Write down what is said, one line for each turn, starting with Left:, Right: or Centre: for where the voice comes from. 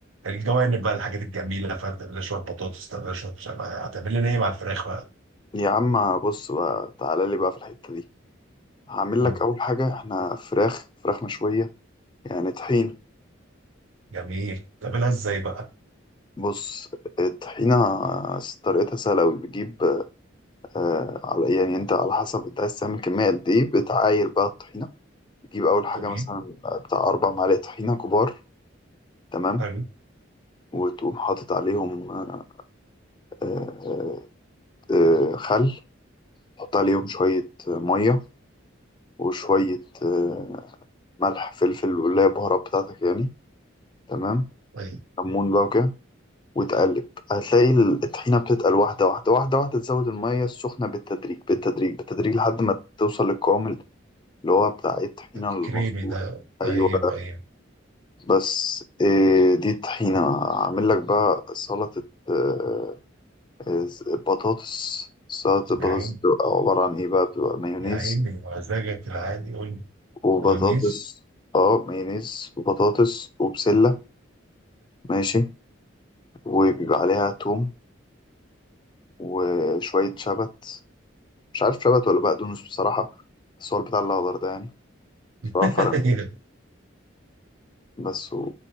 Right: الجوانب بقى الحاجات الجميله فاهم تعمل لها شويه بطاطس تعمل لها شويه مش عارف إيه. هتعمل لنا ايه مع الفراخ بقى
Left: يا عم بص بقى تعالى لي بقى في الحتة دي هعمل
Right: قول
Left: لك اول حاجة احنا فراخ فراخ مشوية يعني طحين
Right: جميل تعملها ازاي بقى
Left: بص الطحينة طريقتها سهلة أوي بتجيب آه على يعني أنت على حسب أنت عايز تعمل كمية قد إيه بتعاير بقى الطحينة بتجيب أول حاجة
Right: جميل
Left: مثلا بتاع أربع معالق طحينة كبار تمام
Right: حلو
Left: وتقوم حاطط عليهم آه آه آه، خل تحط عليهم شوية مية وشوية آه، ملح فلفل واللي هي البهارات بتاعتك يعني تمام
Right: طيب
Left: كمون بقى وكده وتقلب هتلاقي الطحينة بتتقل واحدة واحدة واحدة واحدة تزود المية السخنة بالتدريج بالتدريج بالتدريج لحد ما توصل للقوام اللي هو بتاع إيه الطحينة
Right: الكريمي
Left: المظبوط
Right: ده
Left: أيوة
Right: ايوه ايوه
Left: بس إيه دي الطحينة أعمل لك بقى سلطة آه، آه، بطاطس سلطة البطاطس
Right: يا عيني
Left: بتبقى عبارة عن إيه بقى بتبقى مايونيز
Right: يا عيني مزاجك العادي قول لي
Left: وبطاطس
Right: مايونيز
Left: اه مايونيز وبطاطس وبسلة ماشي وبيبقى عليها توم وشوية شبت مش عارف شبت ولا بقدونس بصراحة بس هو البتاع الأخضر ده يعني مش بعرف
Right: <laughs>
Left: أفرق بينهم. بس و...